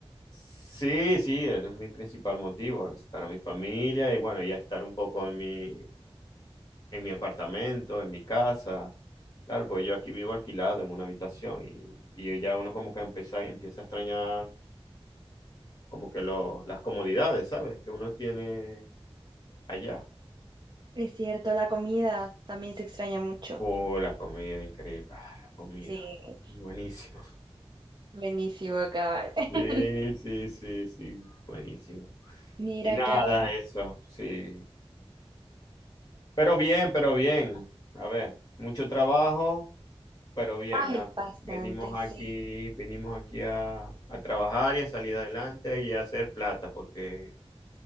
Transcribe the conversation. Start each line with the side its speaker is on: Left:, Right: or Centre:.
Left: Sí, sí, es mi principal motivo, a visitar a mi familia y bueno, ya estar un poco en mi, en mi apartamento, en mi casa. Claro, pues yo aquí vivo alquilado en una habitación y, y ya uno como que empieza, empieza a extrañar como que lo- las comodidades, ¿sabes? Que uno tiene allá.
Right: Es cierto, la comida también se extraña mucho.
Left: Oh, la comida, increíble. Ah, la comida.
Right: Sí,
Left: Buenísimo.
Right: buenísimo, cabal. <laughs>
Left: Sí, sí, sí, sí, buenísimo.
Right: Mira,
Left: Y nada,
Right: qué alegre.
Left: eso, sí. Pero bien, pero bien. A ver, mucho trabajo, Pero bien,
Right: Ay,
Left: nada.
Right: bastante,
Left: Venimos aquí,
Right: sí,
Left: venimos aquí a, a trabajar y a salir adelante y a hacer plata, porque